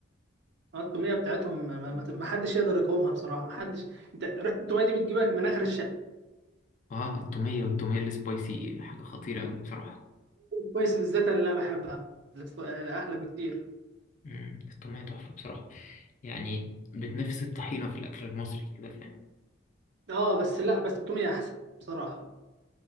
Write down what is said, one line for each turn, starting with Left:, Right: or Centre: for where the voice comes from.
Right: الطوميه بتاعتهم ما ما- ما حدش يقدر يقاومها بصراحه ما حدش انت ريحه الطوميه دي بتجيبك من اخر الشارع
Left: آه التومية والتومية السبايسي حاجة خطيرة أوي بصراحة
Right: كويس بالذات اللي انا بحبها الأسو- احلى بكتير
Left: مم، الطعمية تحفة بصراحة يعني بتنافس الطحينة في الأكل المصري كده فاهم
Right: اه بس لا بس التوميه احسن بصراحه